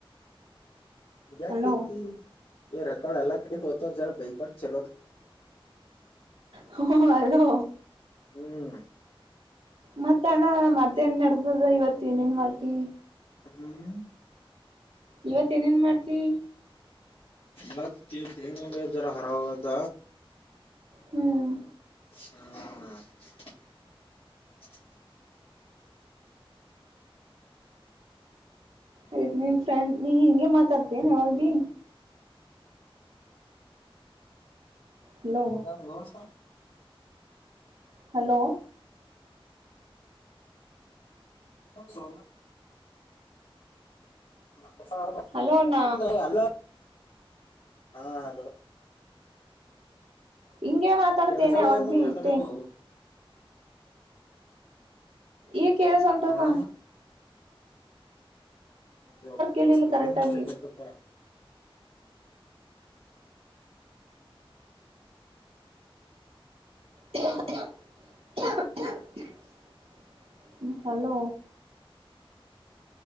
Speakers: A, on the left; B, on the right.
A: ಯಾಾಗ
B: ಅಲೋ
A: ಬೈತಿ ಎ ರೆಕರ್ಡ್ ಅಲ್ಲಾಗ್ ಇವತ ಜ ಭೈ ಚೋ
B: ಹ ಅಲೋ
A: ಹ್ಮ್
B: ಮತ್ತ ಅಣ್ಣ ಮತ್ತೇನ್ ನಡದದ ಇವತ್ ಏನ ನ್ ಮಾಡ್ತಿ
A: ಹ್ಮ್
B: ಇವತ್ ಏನೇನ್ ಮಾಡ್ತಿ
A: ಮತ್ತ ಈತ್ತುಂಗ ಜರ ಹೊರ ಹೋಗದ
B: ಹ್ಮ್
A: ಹ
B: ಆಯ್ತ್ ನಿಮ್ ಫ್ರೆಂಡ್ ನೀ ಹಿಂಗೆ ಮಾತಾಡ್ತೀ ಏನ್ ಯಾವಾಗ ಭೀ ಹಲೋ
A: ಎ ಅದು ಏಳು ಸಾವಿರ
B: ಹಲೋ
A: <unintelligible> ಹೊಸ ವರ್ಷ
B: ಹಲೋ ಅಣ್ಣ
A: ಇಲ್ಲ ಅಲ್ಲ ಹಾ ಹಲೋ
B: ಹಿಂಗೆ ಮಾತಾಡ್ತೇನೆ
A: ಕೇಳ್ಸಲ
B: ಅವಾಗ
A: ಆಗ್ಯದ ನಾ ಮಾತಾಡೋದು
B: ಇಷ್ಟೇ ಈಗ ಕೇಳಸನ್ದಾವ
A: ಹಾ ಅ
B: ಇಲ್ಲ ಇಲ್ಲಿ
A: ಸ್ಪೆಲ್ಲಿಂಗ್
B: ಕರೆಕ್ಟ್
A: ಮಿಸ್ಟೇಕ್
B: ಆಗಿ
A: ಆಯ್ತಪ್ಪ
B: <unintelligible> ಹಲ್ಲೋ